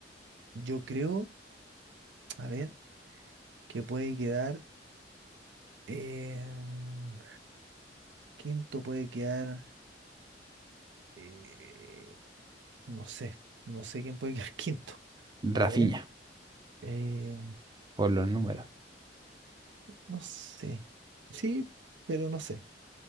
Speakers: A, on the right; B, on the right.
A: yo creo, a ver, que puede quedar. em, quinto puede quedar. eh, no sé. No sé quién puede quedar <laughs> quinto. A
B: Rafinha,
A: ver. Eh,
B: por los números.
A: no sé. Sí, pero no sé.